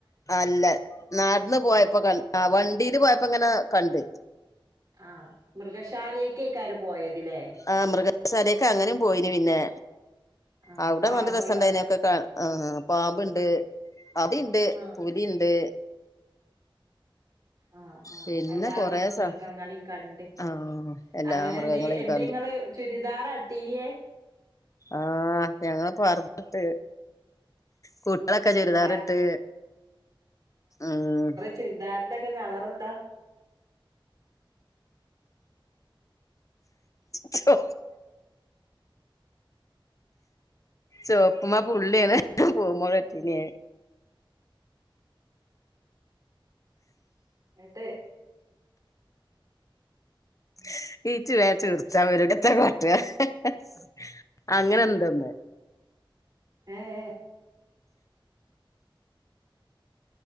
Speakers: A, on the left (about 35°); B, on the right (about 45°).
A: അല്ല നടന്ന് പോയപ്പോ ക ആഹ് വണ്ടീല് പോയപ്പോ ഇങ്ങനെ കണ്ട്
B: ആഹ് മൃഗശാലേക്ക് ആക്കാരം പോയതല്ലെ
A: ആഹ് മൃഗശാലയേക്ക് അങ്ങനേയും പോയിന് പിന്നെ
B: ആ
A: അവിടെ
B: പാമ്പുകൾ
A: നല്ല രസം ഉണ്ടായിന്
B: അങ്ങനെ
A: ഒക്കെ കാ ആഹ് പാമ്പുണ്ട് അവിടെയുണ്ട്
B: ആ
A: <unintelligible> ഉണ്ട്
B: ആഹ് ആഹ്
A: പിന്നെ
B: എല്ലാ
A: കൊറേ സ
B: മൃഗങ്ങളെയും കണ്ട്
A: ആ എല്ലാ
B: അങ്ങനെ
A: മൃഗങ്ങളെയും
B: എന്ത് എന്തേ
A: കണ്ട്
B: ഇങ്ങള് ചുരിദാറാ ഇട്ടീനിയെ
A: ആഹ് ഞങ്ങള് പറുദ്ദയിട്ട് കൂട്ടികളൊക്കെ ചുരിദാറിട്ട്
B: ഫർ
A: ഉം
B: ചുരിദാറിന്റെയൊക്കെ കളറെന്താ
A: ചോ ചൊവപ്പുമ്മേ പുള്ളിയാ ഇട്ടത് <unintelligible> ഇട്ടില്ല ഞാൻ
B: എട്ട്
A: <unintelligible> അങ്ങനെ എന്തൊ ഒന്ന്
B: ഏഹ്